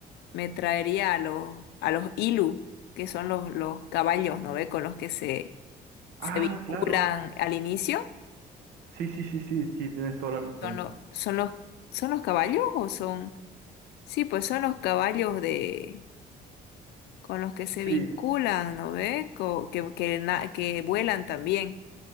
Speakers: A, on the left (about 75°); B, on the right (about 75°).
A: me traería a los, a los Ilu, que son los, los caballos, ¿no ve? Con los que se,
B: Ah,
A: se vinculan
B: claro.
A: al inicio.
B: Sí, sí, sí, sí, sí, tienes toda la razón.
A: Son los, son los, son los caballos o son, sí, pues son los caballos de, con los que se
B: Sí.
A: vinculan, ¿no ve? Co- que, que, na- que vuelan también.